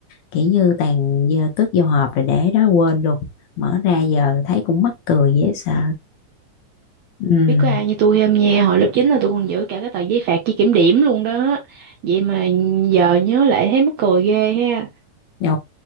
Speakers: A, on the left; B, on the right.
A: Kiểu như tàn giờ cất vô hộp rồi để đó quên luôn. Mở ra giờ thấy cũng mắc cười dễ sợ. Ừ,
B: Biết có ai như tôi không nha, hồi lớp 9 là tôi còn giữ cả cái tờ giấy phạt chỉ kiểm điểm luôn đó. Vậy mà giờ nhớ lại thấy mắc cười ghê ha.
A: Ồ,